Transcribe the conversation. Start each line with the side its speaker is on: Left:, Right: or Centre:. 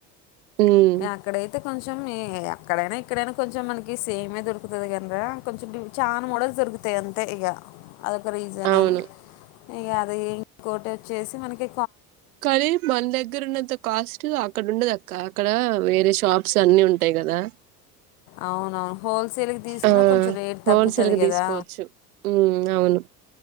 Right: ఉమ్
Left: ఎక్కడైతే కొంచెం ఏ అక్కడైనా ఇక్కడైనా కొంచెం మనకి సేమే దొరుకుతది కానిరా కొంచెం చానా మోడల్స్ దొరుకుతాయి అంతే ఇగ. అదొక రీజనా
Right: అవును
Left: ఇగ రైన్ కోటే చేసి మనకి
Right: కానీ మన దగ్గరున్నంత కాస్ట్ గా అక్కడ ఉండదక్క అక్కడ వేరే షాప్స్ అన్నీ ఉంటాయి గదా
Left: అవునవును హోల్సేల్ కి తీసుకున్నా
Right: ఆ
Left: కొంచెం రేట్
Right: హోల్సేల్
Left: తగ్గుతది
Right: గా
Left: గదా
Right: తీసుకోవచ్చు ఉమ్ అవును